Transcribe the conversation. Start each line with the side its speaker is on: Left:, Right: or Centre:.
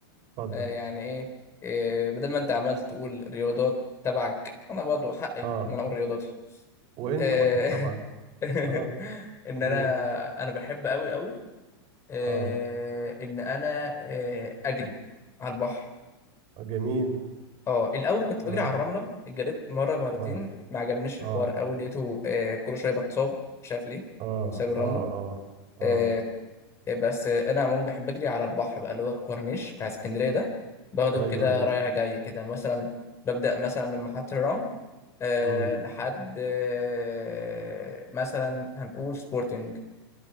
Right: اتفضل
Left: آه، يعني ايه آه، بدل ما انت عمال تقول رياضات تبعك انا برضه حقي
Right: اه
Left: ان انا اقول رياضاتي
Right: وأنت
Left: آه،
Right: برضك طبعا
Left: <laughs>
Right: اه
Left: ان
Right: قول
Left: انا انا بحب قوي قوي آه،
Right: اه
Left: ان انا آه، اجري على البحر
Right: آه، جميل
Left: اه الاول كنت
Right: اه
Left: بجري على الرمله جريت مره مرتين
Right: اه
Left: ما عجبنيش
Right: اه
Left: الحوار قوي لقيته آه، كل شويه بتصاب مش عارف ليه
Right: اه
Left: بسبب الرمله
Right: اه اه اه
Left: آه، بس انا عموما بحب اجري على البحر بقى اللي هو الكورنيش بتاع اسكندريه ده باخده
Right: ايوه
Left: كده
Right: ايوه
Left: رايح جاي كده مثلا ببدا مثلا من محطه الرمل أه
Right: امم
Left: لحد أه مثلا هنقول سبورتنج